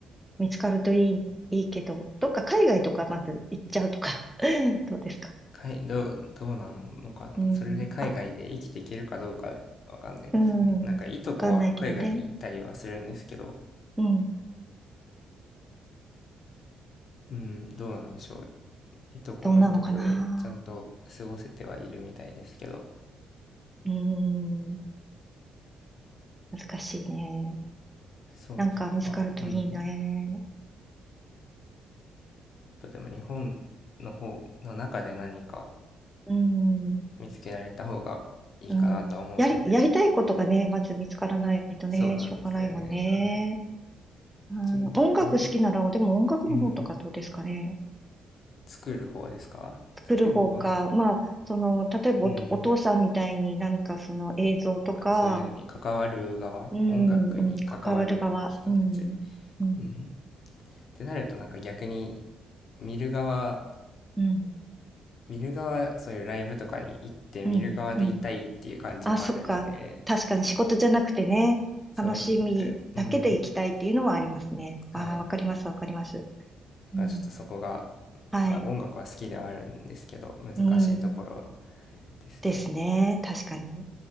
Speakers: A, in the centre; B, on the left.
A: 見つかるといい、いいけど、どっか海外とかまず行っちゃうとか、<laughs> どうですか
B: かいどう、どうなのかな、
A: うん、
B: それで海外で生きていけるかどうかわかんないですね。
A: あ、うん、
B: なんかいとこは海外に行ったりはするんですけど、
A: わかんないけどね。うん、
B: うん、どうなんでしょう。いとこもいとこでちゃんと過ごせてはいるみたいですけど、
A: どうなのかな。うん、難しいね。
B: そうですね。
A: なんか見つかるといいね。
B: まあ、うん。とでも日本の方の中で何か
A: うん、
B: 見つけられた方がいいかなとは思うので、
A: うん。やり、やりたいことがね、まず見つからないとね、
B: そうなんですよね。
A: しょうがないもんね。
B: はい。
A: うん、
B: 一応ね、
A: 音楽好きなら、でも音楽の方とかどうですかね。
B: うん。作る方ですか作る方は、
A: 作る方か、まあ、その、例えばおと、
B: うん。
A: お父さんみたいに何かその映像とか、
B: まあ、そういうのに関わる側、
A: うん、
B: 音楽に関わる人たち。
A: うん、関わる側、うん、うん、
B: うん。ってなるとなんか逆に見る側、
A: うん、
B: 見る側、そういうライブとかに行って見る側でいたいっていう感じもあるので、
A: うん、うん。あ、そっか。確かに仕事じゃなくてね、
B: そうなんです。
A: 楽しみだけで行きたいっていうのはありますね。
B: うん。はい。
A: ああ、わかります、わかります。
B: だからちょっとそこが、
A: うん、はい、
B: まあ、音楽は好きではあるんですけど、難しいところ
A: うん、
B: ですね。
A: ですね。確かに。